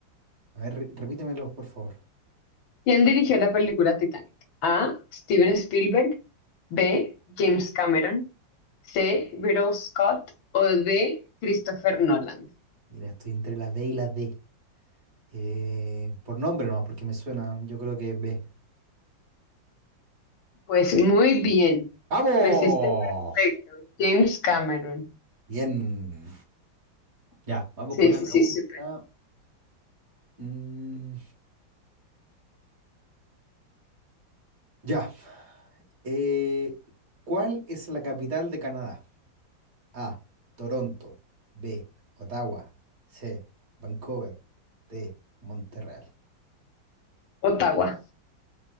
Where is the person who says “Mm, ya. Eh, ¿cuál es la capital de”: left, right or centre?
Right